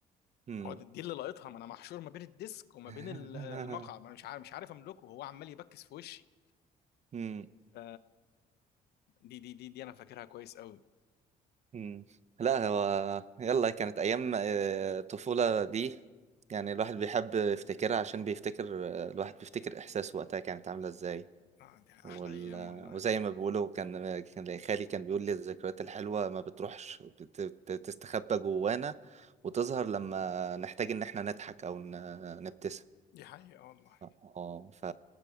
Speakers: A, on the right (about 45°); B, on the left (about 80°).
A: امم
B: هو دي اللي لقيتها ما انا محشور ما بين الديسك وما
A: <laughs>
B: بين ال- المقعد ما أنا مش عارف مش عارف املكه هو عمال يبكس في وشي
A: امم
B: ف دي دي دي دي انا فاكرها كويس قوي
A: امم لا هو يلا كانت ايام آه، الطفولة دي يعني الواحد بيحب يفتكرها عشان بيفتكر آه، الواحد بيفتكر احساس وقتها كانت عاملة ازاي
B: اه دي احلى
A: وال...
B: ايام
A: آه،
B: والله
A: وزي ما بيقولوا كان آه، كان خالي كان بيقول لي الذكريات الحلوة ما بتروحش بت... بت- بتستخبى جوانا وتظهر لما نحتاج ان احنا نضحك او ن... نبتسم
B: دي حقيقة والله
A: اه ف